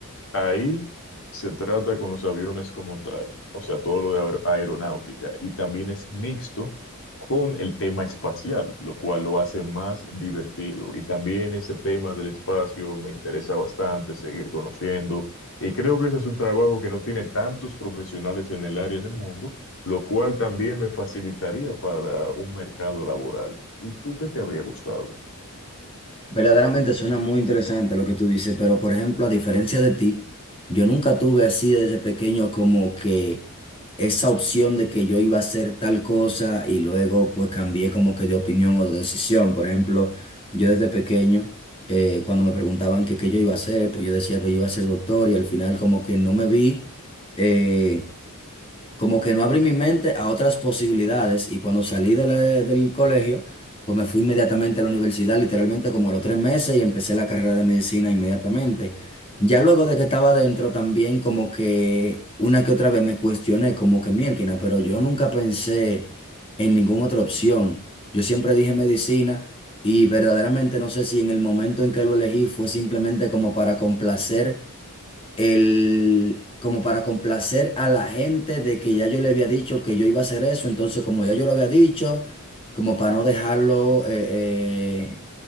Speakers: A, on the left; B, on the left.
A: Ahí se trata con los aviones como tal, o sea, todo lo de aer- aeronáutica, y también es mixto con el tema espacial, lo cual lo hace más divertido. Y también ese tema del espacio me interesa bastante seguir conociendo, y creo que ese es un trabajo que no tiene tantos profesionales en el área en el mundo, lo cual también me facilitaría para un mercado laboral. ¿Y tú qué te habría gustado?
B: Verdaderamente suena muy interesante lo que tú dices, pero por ejemplo, a diferencia de ti, yo nunca tuve así desde pequeño como que esa opción de que yo iba a hacer tal cosa y luego pues cambié como que de opinión o de decisión. Por ejemplo, yo desde pequeño, eh, cuando me preguntaban que qué yo iba a hacer, pues yo decía que yo iba a ser doctor y al final como que no me vi. eh, como que no abrí mi mente a otras posibilidades y cuando salí de la- del colegio, pues me fui inmediatamente a la universidad, literalmente como a los tres meses y empecé la carrera de medicina inmediatamente. Ya luego de que estaba dentro también como que una que otra vez me cuestioné como que miérquina, pero yo nunca pensé en ninguna otra opción. Yo siempre dije medicina y verdaderamente no sé si en el momento en que lo elegí fue simplemente como para complacer el, como para complacer a la gente de que ya yo le había dicho que yo iba a hacer eso, entonces como ya yo lo había dicho, como para no dejarlo, eh, eh,